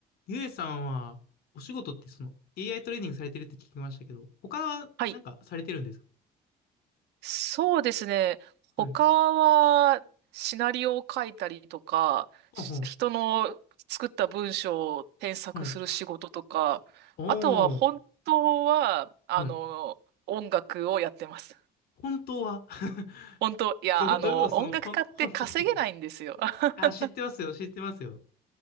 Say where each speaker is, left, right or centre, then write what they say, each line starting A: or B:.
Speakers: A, on the left; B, on the right.
A: ゆえさんは、お仕事ってその AI トレーニングされてるって聞きましたけど、他はなんかされてるんですか
B: はい。そうですね。
A: はい。
B: 他は、シナリオを書いたりとか、
A: ほうほう。
B: し人の作った文章を添削する仕事とか、
A: はい。お
B: あとは本当は、
A: ー。
B: あの、
A: はい。
B: 音楽をやってます。
A: 本当は <laughs>
B: 本当、いや、
A: ど、
B: あの、
A: どういうことその、
B: 音楽家って稼げないんですよ。
A: ほん、本当って
B: <laughs>
A: あ、知ってますよ、知ってますよ。